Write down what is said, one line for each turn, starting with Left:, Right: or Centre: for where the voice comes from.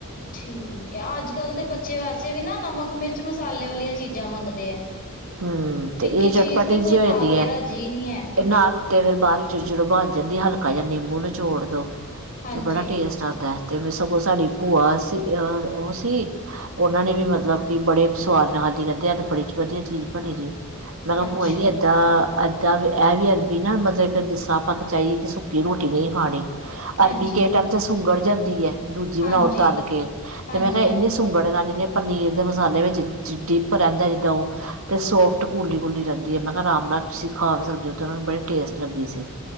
Left: ਠੀਕ ਐ ਅੱਜ ਕੱਲ੍ਹ ਤੇ ਬੱਚੇ ਵੈਸੇ ਵੀ ਨਾ ਨਮਕ ਮਿਰਚ ਮਸਾਲੇ ਵਾਲੀਆ ਚੀਜ਼ਾਂ ਮੰਗਦੇ ਐ।
Right: ਹੁ
Left: ਫਿੱਕੀ
Right: ਤੇ ਇਹ ਚਟਪਟੀ
Left: ਚੀਜ਼ ਤੇ
Right: ਜਿਹੀ
Left: ਕੋਈ
Right: ਹੋ
Left: ਖਾ
Right: ਜਾਂਦੀ
Left: ਕੇ
Right: ਐ
Left: ਰਾਜੀ ਨੀ ਐ
Right: ਤੇ ਨਾਲ। ਤੇ ਫੇਰ ਬਾਅਦ ਵਿੱਚੋਂ ਜਦੋਂ ਬਨ ਜਾਂਦੀ ਆ ਹਲਕਾ ਜਿਹਾ ਨਿੰਬੂ ਨਿਚੋੜ ਦੋ
Left: ਹਾਂਜੀ
Right: ਤੇ ਬੜਾ ਟੇਸਟ। ਸਾਨ ਦੱਸਦੇ ਵੀ ਸਗੋਂ ਸਾਡੀ ਭੂਆ ਸੀ ਅਹ ਉਹ ਸੀ। ਉਹਨਾਂ ਨੇ ਵੀ ਮਤਲਬ ਕਿ ਬੜੇ ਸਵਾਦ ਨਾਲ ਖਾਦੀ ਕਹਿੰਦੇ ਇਹ ਤੇ ਬੜੀ 'ਚ ਵਧੀਆ ਚੀ ਚੀਜ਼ ਬਣੀ ਦੀ ਮੈਂ ਕਿਹਾ
Left: ਅੱਛਾ।
Right: ਭੂਆ ਜੀ ਏਦਾਂ। ਐਦਾਂ ਵੀ ਇਹ ਵੀ ਅਰਬੀ ਨਾ ਮਤਲਬ ਕਿ ਜਿਸ ਤਰ੍ਹਾਂ ਆਪਾ ਚਾਹੀਏ ਕਿ ਸੁੱਕੀ ਰੋਟੀ ਨਹੀ ਖਾਣੀ।
Left: ਹਾਂਜੀ,
Right: ਅਰਬੀ ਕਿਹੇ ਟਾਈਮ ਤੇ ਸੁੰਗੜ ਜਾਂਦੀ ਏ, ਦੂਜੀ
Left: ਹਾਂਜੀ,
Right: ਬਨਾਓ ਤਲ ਕੇ
Left: ਹਾਂਜੀ-ਹਾਂਜੀ
Right: ਤੇ ਮੈਂ ਕਿਹਾ ਇਹ ਨੀ ਸੁੰਗੜ। ਬਿਰਾਨੀ ਨੇ ਪਨੀਰ ਦੇ ਮਸਾਲੇ ਵਿੱਚ ਡਿੱਪ ਰਹਿੰਦਾ ਜਿੱਦਾਂ ਉਹ। ਤੇ ਸੋਫਟ ਕੂਲੀ ਕੂਲੀ ਰਹਿੰਦੀ ਏ ਮੈਂ ਕਿਹਾ ਰਾਮ ਨਾਲ ਤੁਸੀਂ ਖਾ ਵੀ ਸਕਦੇ ਹੋ ਤੇ ਉਨ੍ਹਾਂ ਨੂੰ ਬੜੀ ਟੇਸਟ ਲੱਗੀ ਸੀ।